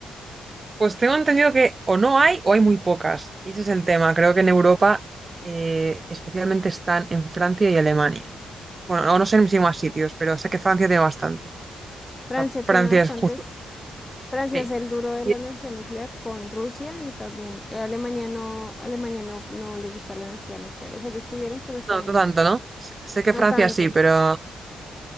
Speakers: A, on the right; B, on the left.
A: Pues tengo entendido que o no hay o hay muy pocas. Y ese es el tema. Creo que en Europa eh, especialmente están en Francia y Alemania. Bueno, o no sé si más sitios, pero sé que Francia tiene bastantes.
B: Francia
A: O sea, Francia
B: tiene bastantes.
A: es justo.
B: Francia
A: Sí.
B: es el duro de
A: Y-
B: la energía nuclear con Rusia y también eh, Alemania no, Alemania no, no le gusta la energía nuclear. O sea, ellos tuvieron, pero están,
A: no, no tanto, ¿no? Sé sé que
B: no
A: Francia
B: tanto.
A: sí, pero...